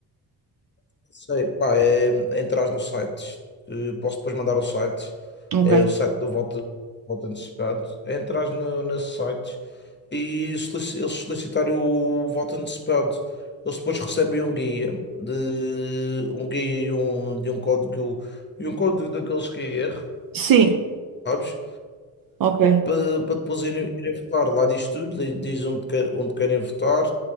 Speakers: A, on the left; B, on the right.
A: Sei, pá, é, é entrar no site. Eh, Posso depois mandar o site.
B: Ok.
A: É o site do voto, voto antecipado. É entrar no, nesse site e solici- eles solicitarem o voto antecipado. Eles depois recebem um guia, de, um guia e um, e um código e um código daqueles QR,
B: Sim,
A: sabes?
B: ok.
A: Para depois irem, irem votar. Lá diz tudo, li- diz onde, quer- onde querem votar.